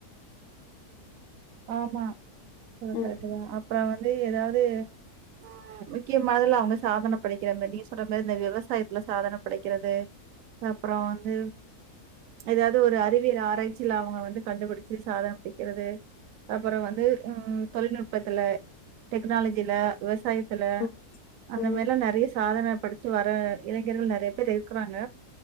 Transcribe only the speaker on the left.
ம்
ம்
ம்